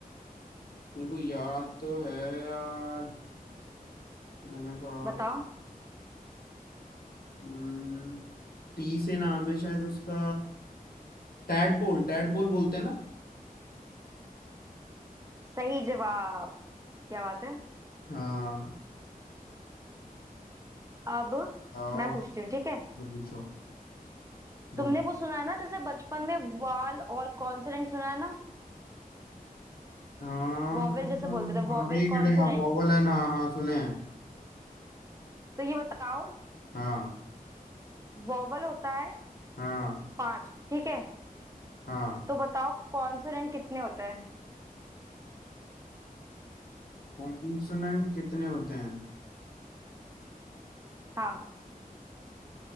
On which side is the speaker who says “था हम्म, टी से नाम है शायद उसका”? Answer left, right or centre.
Left